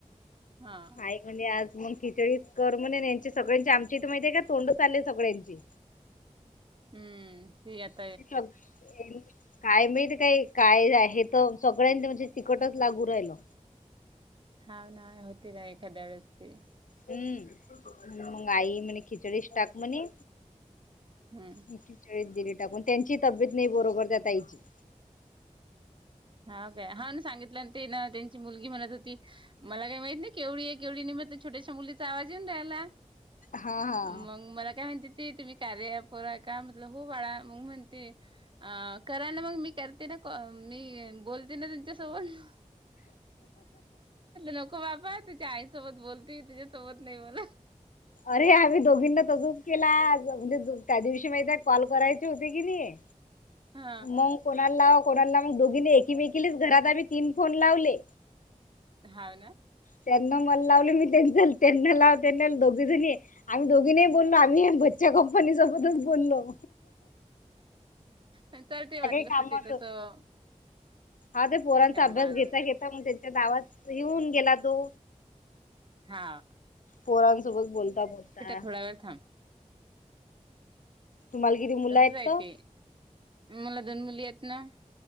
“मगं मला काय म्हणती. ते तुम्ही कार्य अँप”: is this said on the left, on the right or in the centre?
Right